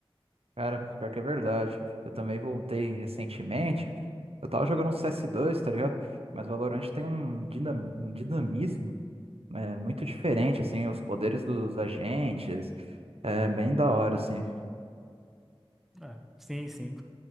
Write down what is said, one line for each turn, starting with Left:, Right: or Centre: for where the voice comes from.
Right: Cara, pior que é verdade. Eu também voltei recentemente. Eu tava jogando um C s 2 tá ligado? Mas Valorante tem um, dinam- um dinamismo é, muito diferente, assim, os poderes dos agentes. É bem da hora, assim.
Centre: Ah, sim, sim.